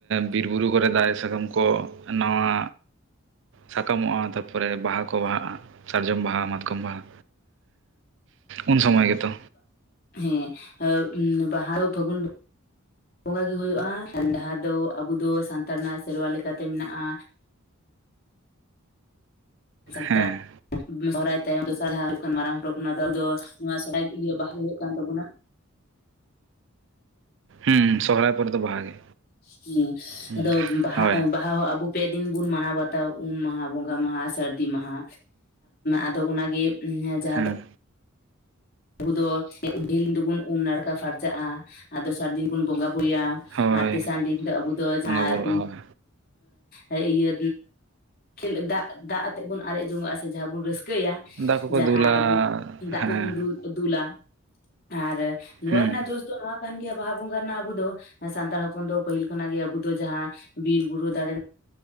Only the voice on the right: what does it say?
ᱵᱤᱨ ᱵᱩᱨᱩ ᱠᱚᱨᱮ ᱫᱟᱨᱮ ᱥᱟᱠᱟᱢ ᱠᱚ ᱱᱟᱣᱟ
ᱥᱟᱠᱟᱢᱚᱜ-ᱟ ᱛᱟᱨᱯᱚᱨᱮ ᱵᱟᱦᱟ ᱠᱚ ᱵᱟᱦᱟᱜ-ᱟ ᱥᱟᱨᱡᱚᱢ ᱵᱟᱦᱟ ᱢᱟᱛᱠᱚᱢ ᱵᱟᱦᱟ ᱩᱱ ᱥᱚᱢᱚᱭ ᱜᱮᱛᱚ
ᱦᱮᱸ
ᱦᱩᱸ ᱥᱚᱨᱦᱟᱭ ᱯᱚᱨᱮ ᱫᱚ ᱵᱟᱦᱟ ᱜᱮ
ᱦᱩᱸ
ᱦᱳᱭ
ᱦᱮᱸ
ᱦᱳᱭ
ᱵᱚᱸᱜᱟ ᱵᱩᱨᱩᱜᱼᱟ ᱦᱳᱭ
ᱫᱟᱜ ᱠᱚᱠᱚ
ᱫᱩᱞᱟ
ᱦᱮᱸ
ᱦᱮᱸ